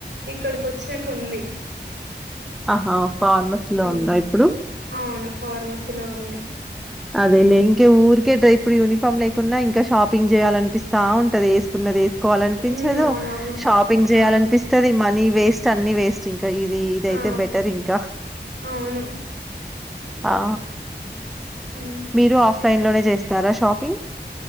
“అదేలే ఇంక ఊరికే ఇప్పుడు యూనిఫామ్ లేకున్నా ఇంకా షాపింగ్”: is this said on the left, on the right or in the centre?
Centre